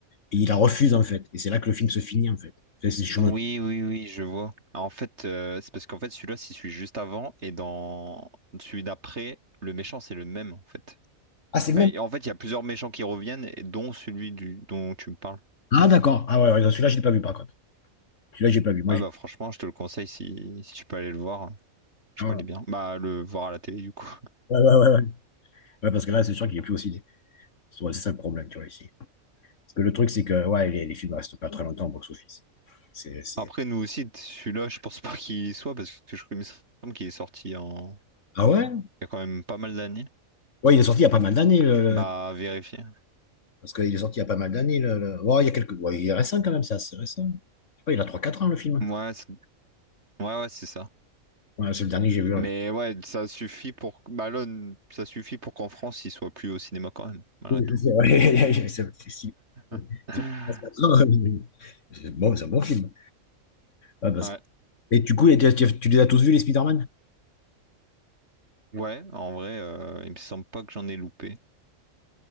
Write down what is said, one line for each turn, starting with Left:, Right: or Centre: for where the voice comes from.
Left: et il la refuse, en fait. Et c'est là que le film se finit, en fait. C'est- c'est- je
Right: Oui,
Left: me-
Right: oui, oui, je vois. Ah, En fait, euh, c'est parce qu'en fait, celui-là, c'est celui juste avant, et dans celui d'après, le méchant, c'est le même, en fait.
Left: Ah, c'est le
Right: Enfin,
Left: même.
Right: en fait, il y a plusieurs méchants qui reviennent, et dont celui du, dont tu me parles.
Left: Ah, d'accord. Ah, ouais, ouais, celui-là, je l'ai pas vu, par contre. Celui-là, j'ai pas vu. Moi,
Right: Ouais,
Left: j'ai.
Right: bah, franchement, je te le conseille si, si tu peux aller le voir. Je
Left: Ah,
Right: crois
Left: ouais,
Right: qu'il est bien. Bah, le voir à la télé, du coup.
Left: ouais, ouais, ouais. Ouais, Ouais, parce que là, c'est sûr qu'il est plus aussi. C'est ça le problème, tu vois, ici. Parce que le truc, c'est que ouais, les, les films ne restent pas très longtemps au box-office. C'est, c'est...
Right: Après, nous aussi, celui-là, je pense pas qu'il y soit, parce que je crois il me semble qu'il est sorti en,
Left: Ah ouais?
Right: il y a quand même pas mal d'années.
Left: Ouais, il est sorti il y a pas mal d'années. le- le-
Right: Bah, à vérifier.
Left: Parce qu'il est sorti il y a pas mal d'années. Le, le- Ouais, il y a quelques... ouais, il est récent quand même, c'est assez récent. Je sais pas, il a trois quatre ans, le film.
Right: Ouais, c'est- ouais, ouais, c'est ça.
Left: Ouais, c'est le dernier que j'ai vu. hein.
Right: Mais ouais, ça suffit pour Malone, ça suffit pour qu'en France, il soit plus au cinéma quand même,
Left: <laughs>
Right: malgré
Left: Oui,
Right: tout.
Left: c'est vrai. C'est- ouais, <laughs> c'est- c'est- si-
Right: <laughs>
Left: si- quatre ans, <laughs> euh, c'est- Bon, c'est un bon film. Ouais, parce
Right: Ouais,
Left: que- Et du coup, et tu, tu- tu les as tous vus, les Spider-Man?
Right: ouais, en vrai, euh, il me semble pas que j'en ai loupé.